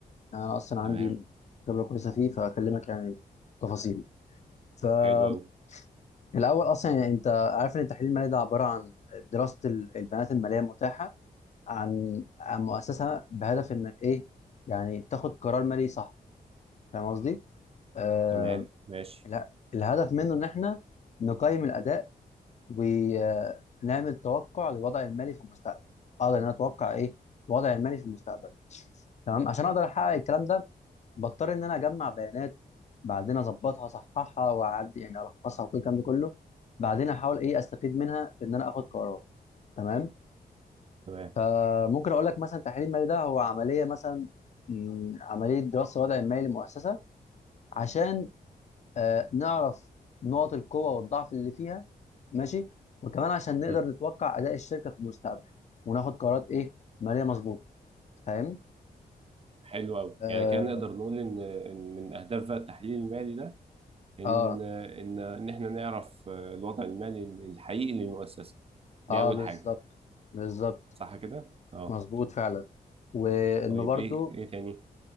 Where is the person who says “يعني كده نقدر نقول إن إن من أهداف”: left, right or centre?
Right